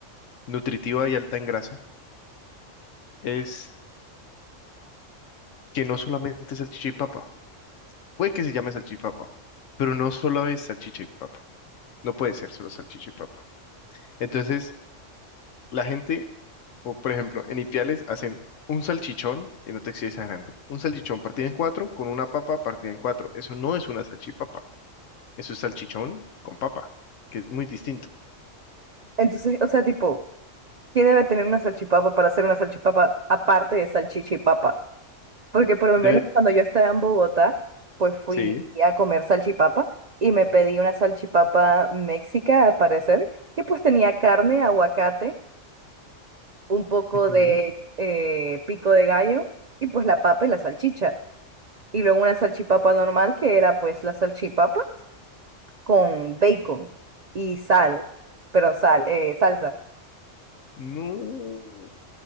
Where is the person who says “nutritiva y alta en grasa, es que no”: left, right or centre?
Left